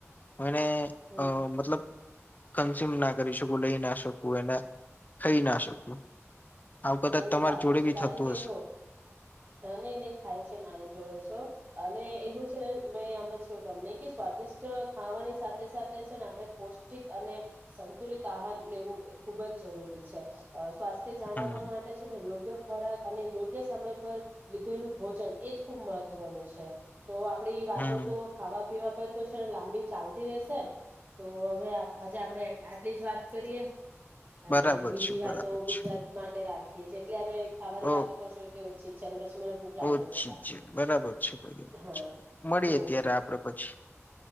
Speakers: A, on the left; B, on the right.
A: મને
B: હમ
A: અ મતલબ કન્ઝ્યુમ ના કરી શકું લઈ ના શકું એને ખહી ના શકું આવું કદાચ
B: નહી નહી
A: તમારા
B: સારું
A: જોડે
B: છે
A: બી
B: કારણ
A: થતું
B: કે
A: હશે
B: જો નહી નહી થાય છે મારી જોડે છો અને એનું છેને મે આમ તમને કે સ્વાદિષ્ટ ખાવાની સાથે સાથે છે ને આપણે પૌષ્ટિક અને સંતુલિત આહાર લેવું એ ખુબ જ જરૂરી છે તે જાણવા
A: હમ
B: માટે યોગ્ય ખોરાક અને યોગ્ય સમય પર લીધેલું ભોજન એજ ખુબ મહત્વનું છે તો આપડી વાતો
A: હમ
B: તો ખાવા પીવા પર તો લાંબી ચાલતી રશે તો હવે આજે આપણે આટલી જ વાત કરીએ અને
A: બરાબર
B: બીજી
A: છે
B: વાતો
A: બરાબર
B: બીજા
A: છે
B: માટે રાખી એટલે હ ખાવાની
A: ઓ
B: વાતો કરશો એટલે <inaudible> મને ભૂખ લાગી
A: ઓછી
B: જશે પાછી
A: છે બરાબર છે બરાબર
B: હા
A: છે. મળીએ
B: હમ
A: ત્યારે આપડે પછી